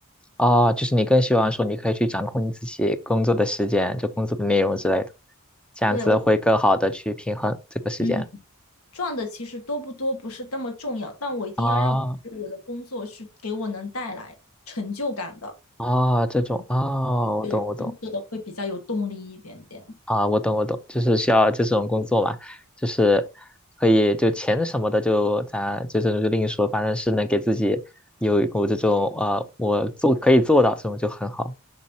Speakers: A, in the centre; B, on the left.
A: 啊，就是你更希望说你可以去掌控你自己工作的时间，就工作的内容之类的，这样子会更好的去平衡这个时间。
B: 对我，嗯，赚的其实多不多不是那么重要，但我一定要让我觉得我的工作是给我能带来成就感的，
A: 啊啊，这种啊，我懂我懂。
B: 对工作的会比较有动力一点点。
A: 啊，我懂我懂，就是需要这种工作嘛，就是可以就钱什么的就咱就这种就另说，反正是能给自己有一股这种啊，我做可以做到这种就很好